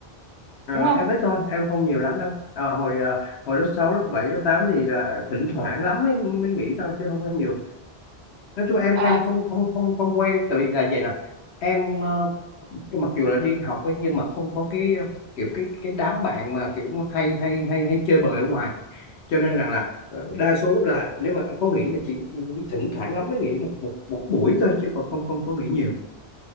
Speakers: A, on the left; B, on the right.
A: Ờ,
B: đúng không
A: em ít thôi em không nhiều lắm đâu Ờ, hồi ờ, hồi lớp 6 lớp 7 lớp 8 thì là thỉnh thoảng lắm mới mới nghỉ thôi chứ không có nhiều nói chung em
B: ờ
A: em không không không không quen tại vì là vậy nè em ờ, mặc dù là đi học ấy, nhưng mà không có cái ờ, kiểu cái cái đám bạn mà kiểu hay hay hay hay chơi bời ở ngoài cho nên rằng là ờ, đa số là nếu mà có nghỉ là chỉ thỉnh thoảng lắm mới nghỉ một một một buổi thôi chứ còn không không có nghỉ nhiều